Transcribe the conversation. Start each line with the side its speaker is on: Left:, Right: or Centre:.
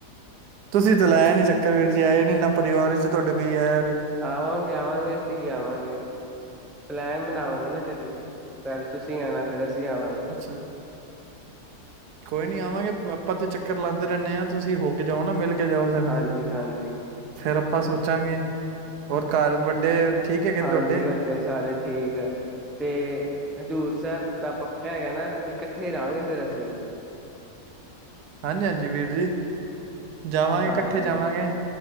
Right: ਤੁਸੀਂ ਤੇ ਲਾਇਆ ਨੀ ਚੱਕਰ ਵੀਰ ਜ ਆਏ ਨੀ ਨਾ ਪਰਿਵਾਰ 'ਚ ਤੁਹਾਡੇ ਕੋਈ ਆਇਆ। ਵੇ
Centre: ਆਵਾਂਗੇ-ਆਵਾਂਗੇ ਅਸੀ ਵੀ ਆਵਾਂਗੇ। ਪਲੈਨ ਬਣਾਵਾਂਗੇ ਨਾ ਕਦੀ ਪਹਿਲਾਂ ਤੁਸੀਂ ਆਣਾ ਫਿਰ ਅਸੀਂ। ਜੀ ਆਵਾਂਗੇ।
Right: ਅੱਛਾ ਕੋਈ ਨੀ ਆਵਾਂਗੇ ਆਪਾਂ ਤੇ ਚੱਕਰ ਲਾਉਦੇ ਰਹਿੰਦੇ ਹਾਂ ਤੁਸੀਂ ਹੋ ਕੇ ਜਾਓ ਨਾ ਮੇਲ ਕੇ ਜਾਓ ਸਾਨੂੰ
Centre: ਹਾਂਜੀ-ਹਾਂਜੀ।
Right: ਫੇਰ ਆਪਾਂ ਸੋਚਾਂਗੇ ਹੋਰ ਘਰ ਵੱਡੇ ਠੀਕ ਹੈਗੇ
Centre: ਹਾਂਜੀ
Right: ਨੇ ਤੁਹਾਡੇ
Centre: ਵੱਡੇ ਸਾਰੇ ਠੀਕ ਏ, ਤੇ ਹਜ਼ੂਰ ਸਾਹਿਬ ਦਾ ਪੱਕਾ ਹੈਗਾ ਨਾ ਕਦੀ ਇਕੱਠੇ ਰਹਾਂਗੇ ਫੇਰ ਅਸੀਂ।
Right: ਹਾਂਜੀ-ਹਾਂਜੀ ਵੀਰ ਜੀ। ਜਾਵਾਂਗੇ
Centre: ਹਾਂਜੀ
Right: ਇਕੱਠੇ ਜਾਵਾਂਗੇ।